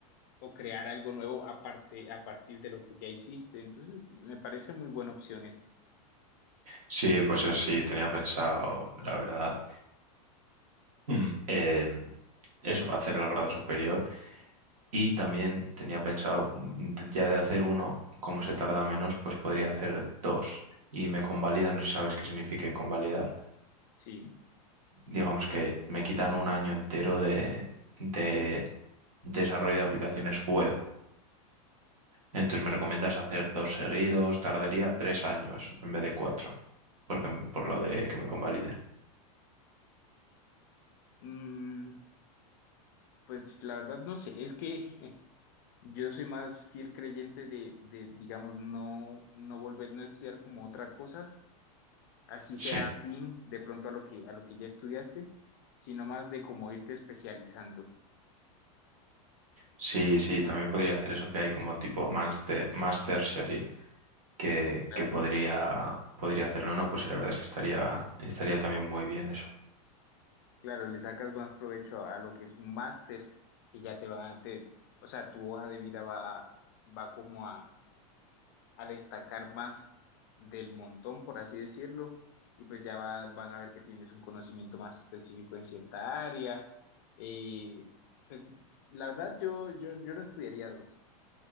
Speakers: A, on the left (about 35°); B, on the right (about 70°).
A: o crear algo nuevo aparte, a partir de lo que ya hiciste. Entonces, me parece muy buena opción esto.
B: Sí, pues eso sí, tenía pensado, la verdad, mm, em, eso, hacer el grado superior y también tenía pensado, mm, de- ya de hacer uno, como se tarda menos, pues podría hacer dos y me convalidan, no sé si sabes qué significa convalidar.
A: Sí.
B: Digamos que me quitan un año entero de, de desarrollo de aplicaciones web. Entonces me recomiendas hacer dos seguidos, tardaría tres años en vez de cuatro, porque por lo de que me convaliden.
A: Mm, pues la verdad no sé, es que <laughs> yo soy más fiel creyente de, de, digamos, no, no volver, no estudiar como otra cosa, así sea
B: Sí.
A: afín de pronto a lo que, a lo que ya estudiaste, sino más de como irte especializando.
B: Sí, sí, también podría hacer eso que hay como tipo master, masters y así, que,
A: Claro,
B: que podría, podría hacerlo, ¿no? Pues sí, la verdad es que estaría, estaría también muy bien eso.
A: claro, le sacas más provecho a, a lo que es un máster, que ya te va, te, o sea, tu hoja de vida va, va como a, a destacar más del montón, por así decirlo, y pues ya va- van a ver que tienes un conocimiento más específico en cierta área. Eh, pues la verdad yo, yo, yo no estudiaría dos.